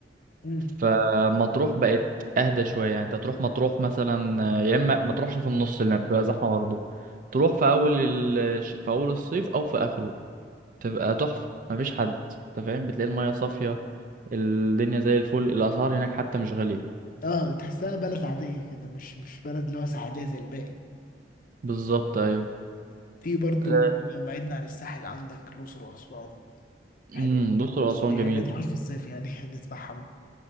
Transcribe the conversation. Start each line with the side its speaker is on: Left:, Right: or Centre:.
Left: مم.
Right: فمطروح بقت أهدى شوية يعني أنت تروح مطروح مثلا يا إما ما تروحش في النص اللي بتبقى زحمة برضه تروح في أول ال... في أول الصيف أو في آخره تبقى تحفة مفيش حد أنت فاهم بتلاقي المياه صافية الدنيا زي الفل الأسعار هناك حتى مش غالية
Left: اه تحسها بلد عادية كده مش مش بلد اللي هو ساحلية زي الباقي
Right: بالظبط أيوه
Left: في برضه
Right: أه،
Left: لو بعدنا عن الساحل عندك الأقصر وأسوان حلوة
Right: أمم، الأقصر
Left: برضه.
Right: وأسوان
Left: بس يعني
Right: جميل
Left: ما تروحش في الصيف يعني <laughs> هنتفحم